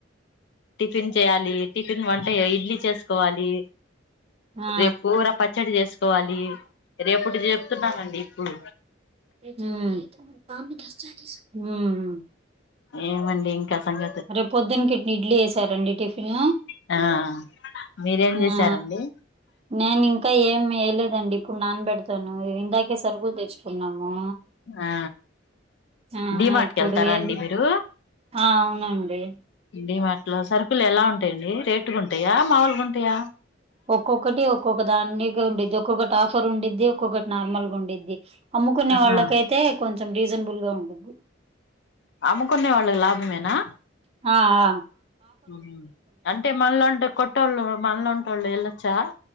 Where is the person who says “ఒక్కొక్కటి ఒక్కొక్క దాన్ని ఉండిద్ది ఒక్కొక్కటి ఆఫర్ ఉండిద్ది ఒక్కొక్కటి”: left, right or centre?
Right